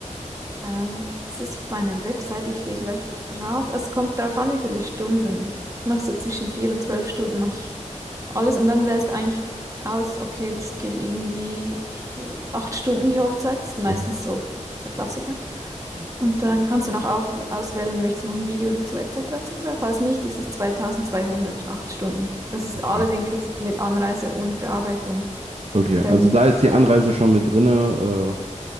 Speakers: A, on the right (about 25°); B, on the right (about 55°).
A: Ähm, das ist auf meiner Webseite. Ich gehe gleich rauf. Es kommt darauf an, wie viele Stunden. Ich mache so zwischen vier und zwölf Stunden mache ich alles und dann wählst du eigentlich aus, okay, das geht irgendwie äh, acht Stunden die Hochzeit. Das ist meistens
B: Mhm.
A: so der Klassiker.
B: Ja,
A: Und dann kannst du noch auf, auswählen, möchtest du noch ein Video dazu, etc., etc. Falls nicht, ist es 2200, acht Stunden. Das ist
B: okay.
A: alles inklusive mit Anreise und Bearbeitung
B: Okay, also
A: der Bilder.
B: da ist die Anreise schon mit drinne,